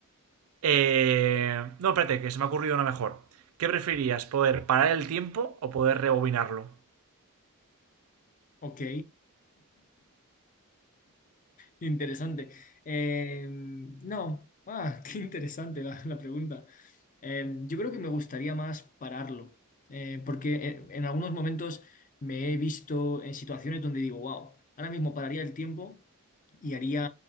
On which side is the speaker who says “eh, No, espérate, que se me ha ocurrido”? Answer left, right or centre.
Right